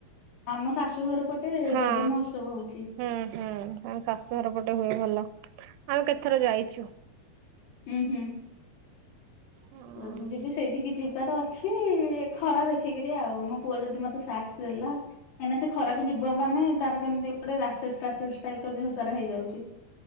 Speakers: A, on the left; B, on the right.
A: ଆମ ଶାଶୁ ଘର ପଟେ
B: ହଁ
A: ରଜ ମହୋତ୍ସବ ହଉଛି।
B: ହୁଁ ହୁଁ ଆମ ଶାଶୁଘର ପଟେ ହୁଏ ଭଲ ଆମେ କେତେଥର ଯାଇଛୁ।
A: ହୁଁ ହୁଁ।
B: ହଁ
A: ଯଦି ଯିବି ସେଇଠିକି ଯିବି ତାର ଅଛି ଖରା ଦେଖିକିରି ଆଉ ମୋ ପୁଅ ଯଦି ମତେ ସାଥସ୍ ଦେଲା କାହିଁନା ସେ ଖରାକୁ ଯିବ ମାନେ ତାର କେମିତି ଗୋଟେ ରାସେସ କାସେସ ଟାଇପ ଦେହ ସାରା ହେଇଯାଉଛି।